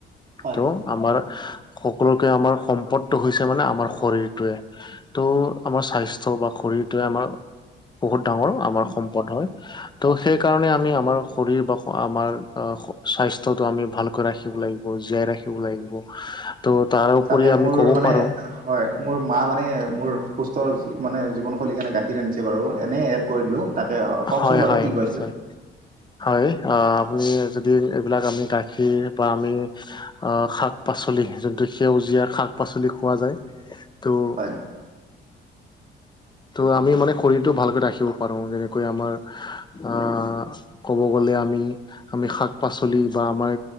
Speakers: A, on the right (about 45°); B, on the left (about 20°).
A: হয়
B: ত'
A: হয়
B: আমাৰ সকলোকে আমাৰ সম্পদটো হৈছে মানে আমাৰ শৰীৰটোৱে, টো আমাৰ স্বাস্থ্য বা শৰীৰটোৱে আমাৰ বহুত ডাঙৰ আমাৰ সম্পদ হয়। তো সেইকাৰণে আমি আমাৰ শৰীৰ বা আমাৰ, স্বাস্থ্যটো আমি ভালকৈ ৰাখিব লাগিব জীয়াই ৰাখিব লাগিব। তো তাৰ উপৰি
A: তাকে
B: আমি
A: মোৰ
B: ক'ব
A: মানে
B: পাৰোঁ,
A: হয় মোৰ মা মানে মোৰ সুস্থৰ মানে জীৱনশৈলীৰ কাৰণে গাখীৰ ৰান্ধিছে বাৰু এনেই এড কৰি দিলোঁ দিলো, এ কওকচোন
B: হয়
A: বাৰু
B: হয়
A: কি
B: নিশ্চয়
A: কৈছিলে?
B: হয় আ আপুনি যদি এইবিলাক আমি গাখীৰ বা আমি, আহ শাক পাচলি যোনটো সেউজীয়া শাক পাচলি খোৱা যায়, তো'
A: হয়।
B: তো' আমি মানে শৰীৰটো ভালকৈ ৰাখিব পাৰো যেনে কৈ আমাৰ আ ক'ব গ'লে আমি আমি শাক পাচলি বা আমাৰ